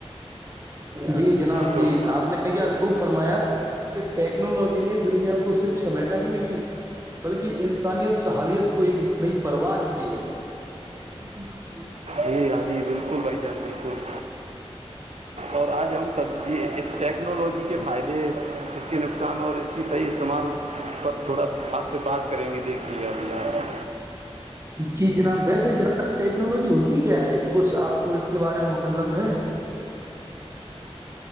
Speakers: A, on the right; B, on the right.
A: جی جناب
B: تو
A: جی آپ نے کیا خب فرمایا کہ ٹیکنالوجی نے دنیا کو سمیٹا ہی نہیں ہے بلکہ انسانیت سے حالیت کو ایک نئی پرواز دی ہے <unintelligible>
B: جی ہاں جی بالکل بھائی جان بالکل اور آج ہم سب جی اس ٹیکنالوجی کے فائدے اس کے نقصان اور اس کی صحیح استعمال پر تھوڑا آپ سے بات کریں گے دیکھیے ابھی یہاں
A: جی جناب ویسے جناب یہ ٹیکنالوجی ہوتی کیا ہے کچھ آپ کو اس کے بارے میں مک کلت ہے <unintelligible>